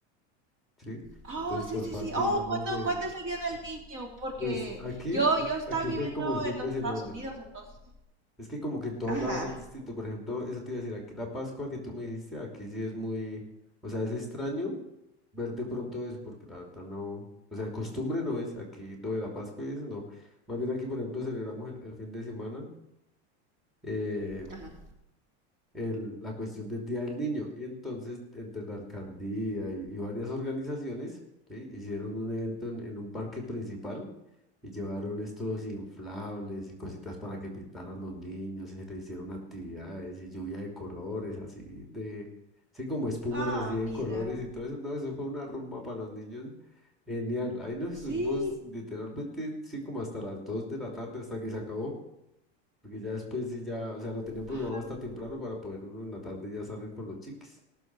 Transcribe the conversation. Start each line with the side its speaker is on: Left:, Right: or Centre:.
Centre: ¿sí?
Right: Oh,
Centre: Entonces
Right: sí,
Centre: por
Right: sí,
Centre: parte,
Right: sí. Oh,
Centre: digamos,
Right: ¿cuándo,
Centre: de,
Right: cuándo es el Día del Niño? Porque
Centre: pues aquí,
Right: yo
Centre: fu-
Right: yo estaba
Centre: aquí
Right: viviendo
Centre: fue como el fin
Right: en los
Centre: de semana,
Right: Estados Unidos, entonces.
Centre: Es que como que en todos
Right: Ajá,
Centre: lados es distinto. Por ejemplo, eso te iba a decir, aquí la Pascua que tú me dijiste, aquí sí es muy, o sea, es extraño ver de pronto eso, porque la verdad no, o sea, costumbre no es aquí lo de la Pascua y eso no. Más bien aquí, por ejemplo, celebramos el, el fin de semana. eh,
Right: ajá.
Centre: el- la cuestión del Día del Niño. Y entonces, entre la alcaldía y, y varias organizaciones, ¿sí? hicieron un evento en, en un parque principal y llevaron estos inflables y cositas para que pintaran los niños y se le hicieron actividades y lluvia de colores, así de, sí, como espumas
Right: Ah,
Centre: así de
Right: mira.
Centre: colores y todo eso. No, eso fue una rumba para los niños. Genial, ahí nos
Right: Sí,
Centre: estuvimos literalmente, sí, como hasta las 2 de la tarde, hasta que se acabó. Porque ya después sí ya, o sea, lo tenían programado
Right: Ah,
Centre: hasta temprano
Right: mira.
Centre: para poder uno en la tarde ya salir con los chiquis.